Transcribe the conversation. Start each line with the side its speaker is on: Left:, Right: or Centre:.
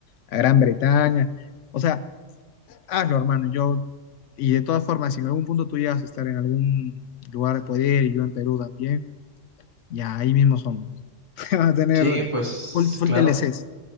Left: a Gran Bretaña. O sea, Hazlo, hermano. Yo, y de todas formas, si en algún punto tú llegas a estar en algún lugar de poder y yo en Perú también, ya ahí mismo somos. <laughs> Vas a tener
Right: Sí, pues
Left: full, full
Right: claro.
Left: TLCs,